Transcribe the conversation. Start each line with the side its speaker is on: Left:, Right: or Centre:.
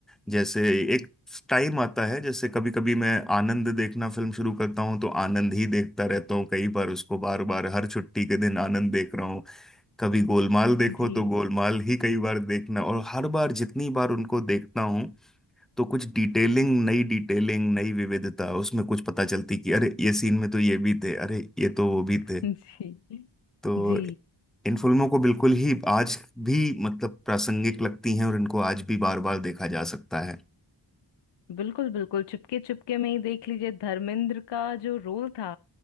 Centre: जैसे एक टाइम आता है जैसे कभी कभी मैं आनंद देखना फिल्म शुरू करता हूँ तो आनंद ही देखता रहता हूँ कई बार उसको बार बार हर छुट्टी के दिन आनंद देख रहा हूँ कभी गोलमाल देखो
Left: जी
Centre: तो गोलमाल ही कई बार देखना और हर बार जितनी बार उनको देखता हूँ तो कुछ डिटेलिंग नई डिटेलिंग नई विविधता उसमें कुछ पता चलती कि अरे ये सीन में तो ये भी थे अरे ये तो वो भी
Left: <laughs>
Centre: थे
Left: जी
Centre: तो
Left: जी
Centre: इन फिल्मों को बिल्कुल ही आज भी मतलब प्रासंगिक लगती हैं और इनको आज भी बार बार देखा जा सकता है
Left: बिल्कुल बिल्कुल चुपके चुपके में ही देख लीजिए धर्मेंद्र का जो रोल था